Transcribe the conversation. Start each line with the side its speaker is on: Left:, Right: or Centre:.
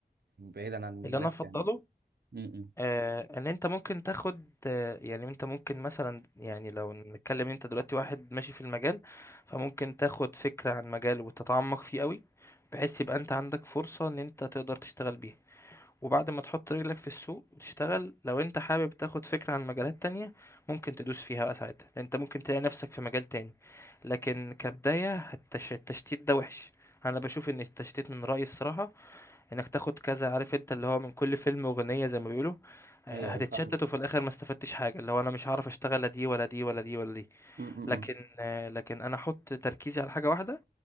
Right: بعيدا عن الناس
Left: اللي انا افضله
Right: يعني امم
Left: آه، ان انت ممكن تاخد آه، يعني انت ممكن مثلا يعني لو نتكلم انت دلوقتي واحد ماشي في المجال فممكن تاخد فكرة عن مجال وتتعمق فيه قوي بحيث يبقى انت عندك فرصة ان انت تقدر تشتغل بيها وبعد ما تحط رجلك في السوق وتشتغل لو انت حابب تاخد فكرة عن مجالات تانية ممكن تدوس فيها بقى ساعتها لأن انت ممكن تلاقي نفسك في مجال تاني لكن كبداية التش- التشتيت ده وحش انا بشوف ان التشتيت من رأيي الصراحة انك تاخد كذا عارف انت اللي هو من كل فيلم اغنية زي ما بيقولوا آه،
Right: ايوه
Left: هتتشتت
Right: أيوة، فاهمه
Left: وفي الاخر ما استفدتش حاجة اللي هو انا مش هعرف اشتغل لا دي ولا دي ولا دي ولا دي
Right: امم
Left: لكن آه، لكن انا احط تركيزي على حاجة واحدة